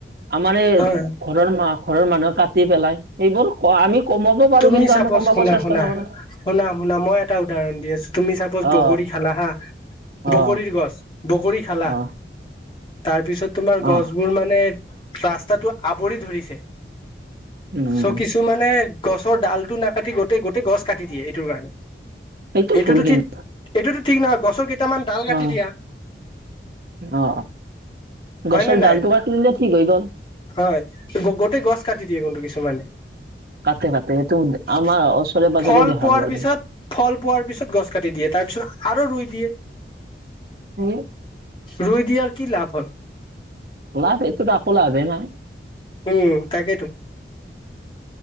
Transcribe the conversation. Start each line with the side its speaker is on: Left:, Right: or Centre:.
Right: আমাৰ এই
Left: হয়
Right: ঘৰৰ মাক ঘৰৰ মানুহে কাটি পেলাই সেইবোৰ ক আমি কমাব পাৰো
Left: তুমি
Right: কিন্তু
Left: চাপজ
Right: আমি কমাব
Left: শুনা
Right: চেষ্টা
Left: শুনা
Right: নকৰো
Left: শুনা শুনা মই এটা উদাহৰণ দি আছো তুমি সাপৌচ বগৰী
Right: অ
Left: খলা হা বগৰী
Right: অ
Left: গছ বগৰী। খালা
Right: অ
Left: তাৰপিছত তোমাৰ গছবোৰ
Right: অ
Left: মানে। ৰাস্তাটো আৱৰি ধৰিছে
Right: উম উম,
Left: চ'
Right: উম।
Left: কিছুমানে গছৰ ডালটো নাকাটি গোটেই গোটেই গছ কাটি দিয়ে এইটোৰ কাৰণে
Right: সেইটো
Left: এইটোতো
Right: ভুল কিন্তু
Left: ঠিক এইটোতো ঠিক নহয় গছৰ কেতিয়া <unintelligible> দুটামান ডাল কাটি
Right: অ
Left: দিয়া।
Right: অ
Left: হয়
Right: গছৰ
Left: নে
Right: ডালটো
Left: নাই?
Right: কাটি দিলে ঠিক হৈ গ'ল
Left: হয় গোতেই গছ কাটি দিয়ে কোনটো কি কিছুমানে
Right: কাটে কাটে সেইটো
Left: <inaudible>
Right: আমাৰ ওচৰে পাজৰে
Left: ফল
Right: দেখা
Left: পোৱাৰ
Right: পোৱা
Left: পিছত
Right: যায়
Left: -ফল পোৱাৰ পিছত গছ কাটি দিয়ে। তাৰপিছত আৰু ৰুই দিয়ে।
Right: <inaudible> হম
Left: ৰুই দিয়াৰ কি লাভ হ'ল
Right: লাভ এইটোত একো লাভে নাই।
Left: সেয়ে তাকেতো।